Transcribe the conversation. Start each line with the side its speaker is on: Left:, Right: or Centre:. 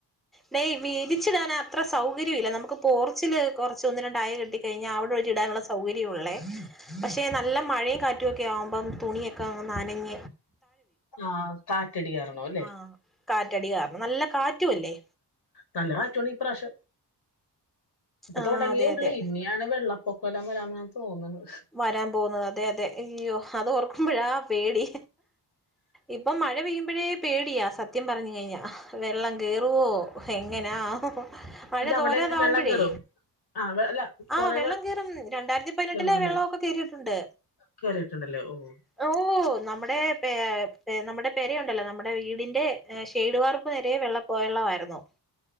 Centre: നെയ വിരിച്ചിടാൻ അത്ര സൗകര്യം ഇില്ല നമുക്ക് പോർച്ചല് കുറച്ച ഒന്നിനുണ്ടായ കിട്ടി കഴിഞ്ഞ അവിടെ ഒഴിച്ചി ഇടാനുള്ള സൗകര്യമള്ളേ പക്ഷെ നല്ല മഴയ കാറ്റുമ ഒക്കെ ആവുമ്പം തുണിയൊക്കെ നാനങ്ങ
Left: ആഹ കാറ്റടിറണോ അല്ലേ
Centre: ആഹ് കാറ്റടി കാരണം നല്ല കാറ്റുവല്ലേ
Left: തല്ലറ്റോണ്ട് ഇപ്രാവശ്യം ഇപ്പ
Centre: ആഹ്
Left: തുടങ്ങിയേ
Centre: അതെ
Left: ഉള്ളേ
Centre: അതെ
Left: ഇനിയാണ് വെള്ളപ്പൊക്കമ എല്ലാം വരാമെന്ന് തോന്നുന്നത്
Centre: വരാൻ പോകുന്നത് അതെ അതെ അയ്യോ അത് ഓർക്കുമ്പോഴ ആ പേടി ഇപ്പൊ മഴ പെയ്യുമ്പോഴേ പേടിയാ സത്യം പറഞ്ഞു കഴിഞ്ഞാ വെള്ളം ഗറുവോ എങ്ങനാ വഴ
Left: ഇല്ല
Centre: തോരാതാവുമ്പോഴേ
Left: അവിടെ എങ്ങനെ വെള്ളം കേറും ആഹ് അല്ല
Centre: ആഹ്
Left: കൊറെ
Centre: വെള്ളം കയറും രണ്ടായിരത്തി പതിനെട്ട്
Left: കേറും അല്ലേ
Centre: വെള്ളമൊക്കെ കറിട്ടുണ്ട്
Left: കേറിയിട്ടുണ്ടല്ലേ ഓഹ്
Centre: ഓ നമ്മുടെ പ നമ്മുടെ പേരുണ്ടല്ലോ നമ്മുടെ വീടിന്റെ ഷ്ഡവാാർപ്പ് നേരെ വെള്ള പോയുള്ളവായിരുന്നു